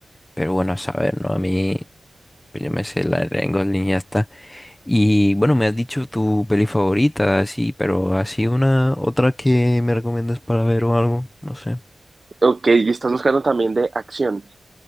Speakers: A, on the left; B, on the right.
A: Pero bueno, a saber, ¿no? A mí, yo me sé la de Ryan Gosling y ya está. Y bueno, me has dicho tu peli favorita, sí, pero así una otra que me recomiendas para ver o algo, no sé.
B: Ok, y estás buscando también de acción.